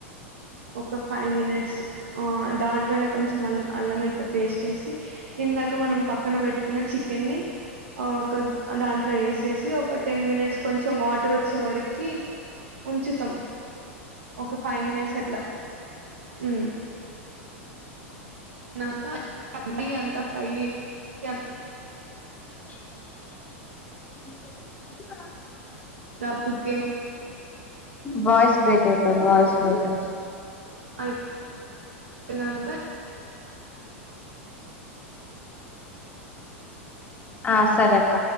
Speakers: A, on the right; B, on the left.
A: ఒక ఫైవ్ మినిట్స్ ఆ దాంట్లోనే కొంచం ఆల్ అల్లంఎల్లిపాయ్ పేస్ట్ వేసి అ ఇందాక మనం పక్కన పెట్టుకున్న చికెన్ని ఆ ఒక దాంట్లో వేసేసి ఒక మినిట్స్ కొంచెం వాటర్ వచ్చే వరకి ఉంచుతాం ఒక ఫైవ్ మినిట్స్ అట్లా ఉమ్ నాక అది అంత ఫై యాక్
B: ఇది గోర
A: తపుకేం
B: వాయిస్ బ్రేక్ అయితాంది వాయిస్ బ్రేకర్
A: అయ్ పెనంక
B: ఆ సరే అక్క